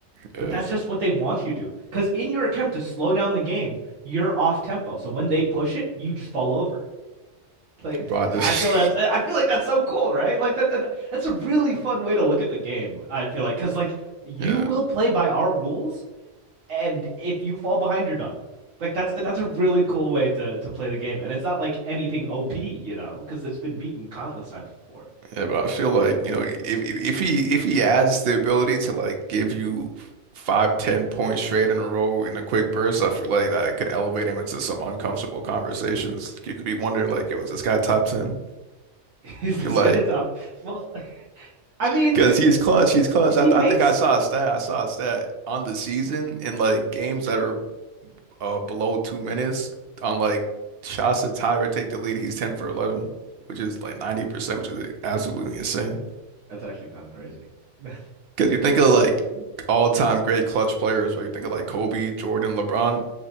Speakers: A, on the right; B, on the right.
A: Yeah,
B: But that's just what they want you to do. Because in your attempt to slow down the game, you're off tempo. So when they push it, you just fall over. Like
A: but I just,
B: I feel that's I feel like that's so cool, right? Like that, that that's a really fun way to look at the game. I feel like because like you
A: <laughs> yeah,
B: will play by our rules, and if you fall behind, you're done. Like that's that's a really cool way to to play the game, and it's not like anything OP, you know, because it's been beaten countless times before.
A: yeah. But I feel like you know if if he if he adds the ability to like give you five, ten points straight in a row in a quick burst, I feel like that could elevate him into some uncomfortable conversations. You could be wondering like, "Yo, is this guy top ten?"
B: <laughs> Is
A: feel
B: this
A: like
B: guy top? Well, I mean,
A: Because he's clutch, he's clutch.
B: if
A: I,
B: he makes
A: I think I saw a stat. I saw a stat on the season in like games that are uh, below two minutes. On like shots that tie or take the lead, he's 10 for 11, which is like 90%, which is absolutely insane.
B: that's actually kind of crazy. <laughs>
A: Because you think of like all-time great clutch players, right? You think of like Kobe, Jordan, LeBron.